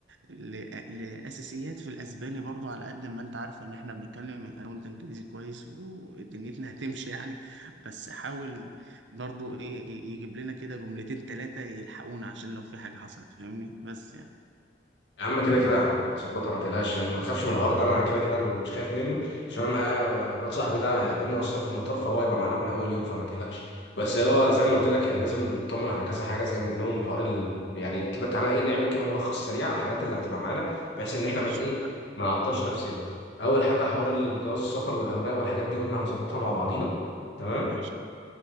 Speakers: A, on the right; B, on the left.
A: ل- لاساسيات في الاسباني برضو على قد ما انت عارف ان احنا بنتكلم انا وانت انجليزي كويس ودنيتنا <laughs> هتمشي يعني بس حاول برضو ايه ي- يجيب لنا كده جملتين ثلاثه يلحقونا عشان لو في حاجه حصلت فاهمني بس يعني
B: يا عم كده كده هتظبطها ما تقلقش ما تخافش من الحوار ده انا كده كده مش خايف منه عشان انا معايا الواد صاحبي ده هيقابلنا اصلا في المطار فهو هيبقى معانا من اول يوم فما تقلقش بس هو زي ما قلت لك احنا لازم نطمن على كذا حاجه زي منهم حوار ال... يعني كده تعالى ايه نعمل كده ملخص سريع على الحاجات اللي هتبقى معانا بحيث ان
A: ماشي
B: احنا من ايه ما نعطلش نفسنا اول حاجه حوار الجواز السفر والاوراق والحاجات دي قلنا هنظبطها مع بعضينا تمام
A: ماشي